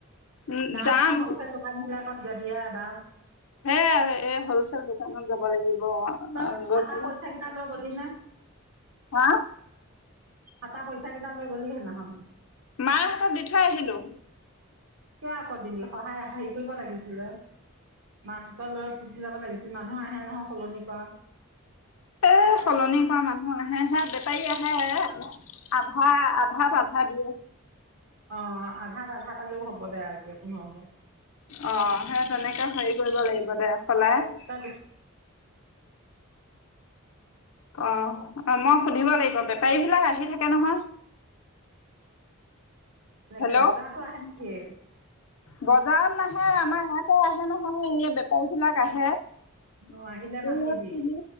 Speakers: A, on the left; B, on the right.
A: উম
B: ডাঙৰ
A: যাম
B: ডাঙৰ হলচেল দোকান বিলাকত যদি আও বা
A: হে এই হলচেল দোকানত যাব লাগিব।
B: তই
A: গৈ
B: ফাটা
A: পেলাই
B: পইচা কেইটা লৈ গ'লি
A: হা
B: ফাতা পইচা কেইটা লৈ গলি সেইদিনাখন।
A: মাই হাতত দি থৈ আহিলোঁ।
B: সে আকৌ দিলি সহায় হেৰি কৰিব লাগিছিলে। মাকহতৰ লৈ গুচি যাব লাগিছিল। মানুহ আহে নহয় সলনি কৰা।
A: এ সলনি কৰা মানুহ আহে হে বেপাৰী আহে আধা আধাত আধা দিয়ে।
B: অ আধাত আধাত আলও হ'ব দে আজিটো নহয়।
A: অ সেই তেনেকে হেৰি কৰিব লাগিব দে, সলাই
B: ত
A: অ অ মই সুধিব লাগিব। বেপাৰীবিলাক আহি থাকে নহয়।
B: এনেকে
A: হেল্ল'
B: বজাৰটো আহে নেকি?
A: বজাৰত নাহে, আমাৰ ইয়াতে আহে নহয়। এই বে এইবিলাক আহে। এইয়া
B: অ আহিলে মাতিবি
A: চুলি